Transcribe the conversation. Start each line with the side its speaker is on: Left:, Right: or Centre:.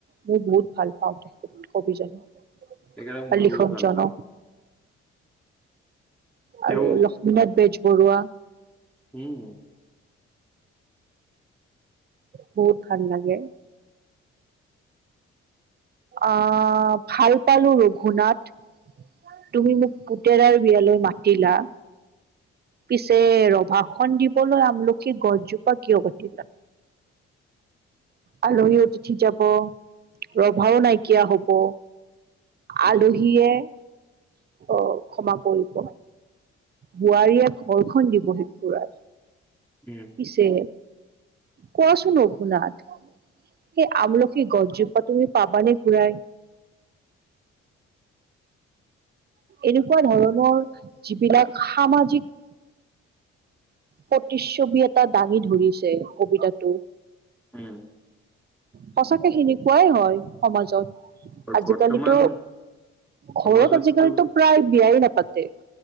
Right: মই বহুত ভাল পাওঁ তেখেত কবিজনক।
Centre: তেখেতক
Right: বা
Centre: মইয়ো
Right: লিখকজনক
Centre: বহুত ভাল পাওঁ। তেওঁ
Right: আৰু লক্ষ্মীনাথ বেজবৰুৱা।
Centre: উম
Right: বহুত ভাল লাগে। আহ ভাল পালো ৰঘুনাথ তুমি মোক পুতেৰাৰ বিয়ালৈ মাতিলা পিছে ৰভাখন দিবলৈ আমলখি গছজোপা কিয় কাটিলা। আলহী অতিথি যাব ৰভাও নাইকিয়া হব আলহীয়ে অ ক্ষমা কৰিব বোৱাৰীয়ে ঘৰখন দিবহি পুৰাই
Centre: উম
Right: পিছে কোৱাচোন ৰঘুনাথ সেই আমলখি গছজোপা তুমি পাবা নে ঘূৰাই এনেকুৱা ধৰণৰ যিবিলাক সামাজিক প্ৰতিচ্ছবি এটা দাঙি ধৰিছে কবিতাটোত
Centre: উম
Right: সঁচাকে সেনেকুৱাই হয় সমাজত।
Centre: আৰু
Right: আজিকালিতো
Centre: বৰ্তমান
Right: ঘৰত
Centre: সমাজততো
Right: আজিকালিতো প্ৰায় বিয়াই নাপাতে